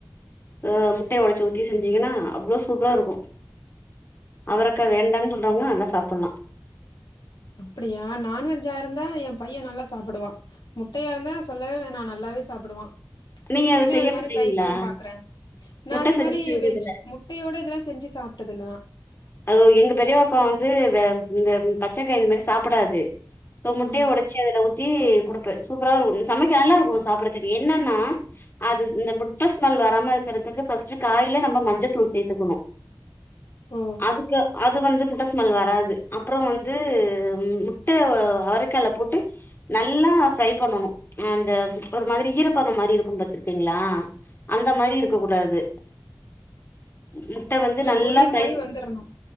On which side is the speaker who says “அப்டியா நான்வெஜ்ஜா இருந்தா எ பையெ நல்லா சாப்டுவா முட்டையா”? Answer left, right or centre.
Left